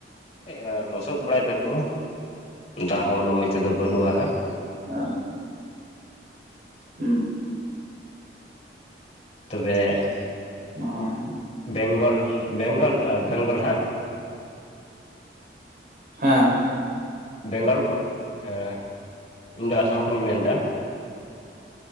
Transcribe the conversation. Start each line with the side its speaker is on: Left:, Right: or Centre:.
Left: ᱦᱮᱸ ᱞᱚᱥᱚᱫ ᱵᱟᱲᱟᱭ ᱫᱟᱠᱚ ᱫᱟᱜ ᱦᱚᱸ ᱩᱱᱟᱹᱜ ᱢᱚᱡ ᱛᱮᱫᱚ ᱵᱟᱹᱱᱩᱜᱼᱟ ᱦᱟᱸᱜ,
Right: ᱟᱸ ᱦᱩᱸ
Left: ᱛᱚᱵᱮ,
Right: ᱚᱸ
Left: ᱵᱮᱝᱜᱚᱞ ᱵᱮᱝᱜᱚᱞ ᱟᱨ ᱵᱮᱝᱜᱚᱞ ᱦᱟᱸᱝ
Right: ᱦᱮᱸ
Left: ᱵᱮᱝᱜᱚᱞ ᱠᱷᱚ ᱮᱸ ᱤᱧ ᱫᱚ ᱟᱥᱟᱢ ᱠᱷᱚᱱᱤᱧ ᱢᱮᱱ ᱫᱟ,